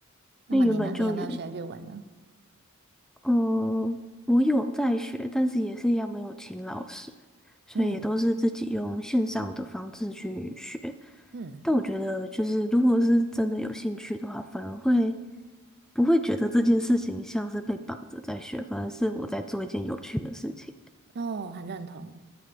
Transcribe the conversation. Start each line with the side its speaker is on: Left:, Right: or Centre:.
Right: 那么你呢？
Centre: 因为原本就有
Right: 你有没有学日文呢？
Centre: 嗯，我有在学，但是也是一样没有请老师，所以也都是自己用线上的方式去学。
Right: 嗯嗯，
Centre: 但我觉得，就是如果是真的有兴趣的话，反而会不会觉得这件事情像是被绑着在学，反而是我在做一件有趣的事情。
Right: 哦，很认同。